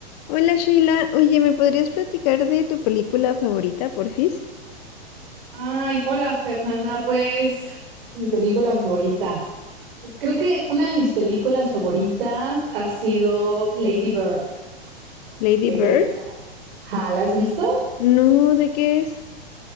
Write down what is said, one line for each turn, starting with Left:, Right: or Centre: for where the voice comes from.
Left: Hola Sheila, oye, ¿me podrías platicar de tu película favorita, porfis?
Right: Ay, hola Fernanda, pues mi película favorita. Pues creo que una de mis películas favoritas ha sido Lady Bird
Left: Lady
Right: de
Left: Bird.
Right: Greta. Ajá, ¿la has visto?
Left: No, ¿de qué es?